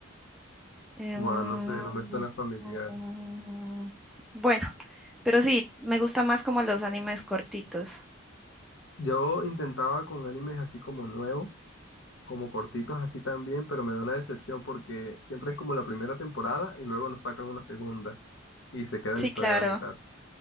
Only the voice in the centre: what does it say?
Em,
mm, bueno, pero sí, me gusta más como los animes cortitos.
Sí,
claro.